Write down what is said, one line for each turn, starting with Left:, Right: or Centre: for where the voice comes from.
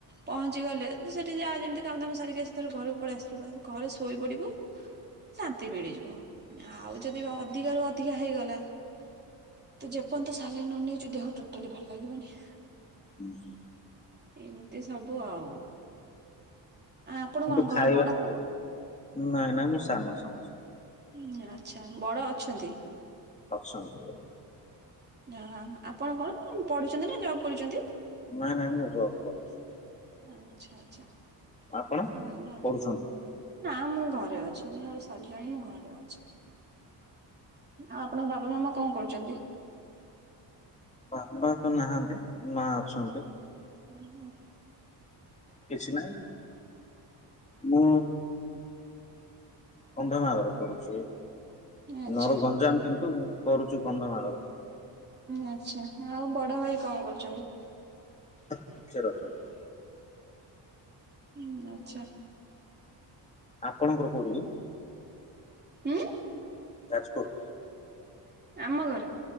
Right: ପହଞ୍ଚିଗଲେ ସେଠି ଯାହା ଯେମିତି କାମ ଦାମ ସାରିକି ଆସିଥିଲୁ ଘରକୁ ପଳେଇ ଆସିଲୁ ବା ଘରେ ଶୋଇପଡ଼ିବୁ ଶାନ୍ତି ମିଳିଯିବ ଆଉ ଯଦି ଅଧିକ ରୁ ଅଧିକା ହେଇଗଲା ତୁ ଯେପନ୍ତ ସାଲାଇନ୍‌ ନ ନେଇଛୁ ଦେହ ଟୋଟାଲି ଭଲ ଲାଗିବନି।
Left: ଉଁ ହୁଁ।
Right: ଏମିତି ସବୁ ଆଉ ଆ ଆପଣ
Left: କିନ୍ତୁ
Right: ଙ୍କଣ
Left: ଖାଇବା
Right: ଘରେ ବଡ଼ ପୁଅ?
Left: ନାଇଁ ନାଇଁ ମୁଁ ସାନ ସାନ ସାନ -।
Right: ଉଁ ଆଚ୍ଛା ବଡ଼ ଅଛନ୍ତି?
Left: ଅଛନ୍ତି।
Right: ଆ ଆପଣ କଣ ପଢୁଛନ୍ତି ନା ଜବ୍ କରୁଛନ୍ତି?
Left: ନାହିଁ ନାହିଁ ମୁଁ ଜବ୍ କରୁଛି।
Right: ଆଚ୍ଛା ଆଚ୍ଛା।
Left: ଆପଣ
Right: ଭଲ।
Left: ପଢୁଛନ୍ତି?
Right: ନା ମୁଁ ଘରେ ଅଛି ମୋର ସାରିଲାଣି ମୁଁ ଘରେ କିଏ ଅଛି ଆଉ ଆପଣଙ୍କ ବାପା ମାମା କଣ କରୁଛନ୍ତି?
Left: ବାପା ତ ନାହାନ୍ତି ମା ଅଛନ୍ତି।
Right: ଓ ହୋ।
Left: କିଛି ମୁଁ କନ୍ଧମାଳ ର କରୁଛି।
Right: ଆଚ୍ଛା
Left: ନର ଗଞ୍ଜାମ କିନ୍ତୁ କରୁଛିୁ କନ୍ଧମାଳରେ।
Right: ଆଛା ଆଉ ବଡ ଭାଇ କଣ କରୁଛନ୍ତି?
Left: ଟିଚର ଅଛନ୍ତି
Right: ହୁଁ ଆଛା।
Left: ଆପଣଙ୍କ ଘର କୋଉଠି କି।
Right: ହୁଁ।
Left: ଯାଜପୁର।
Right: ଆମ ଘର।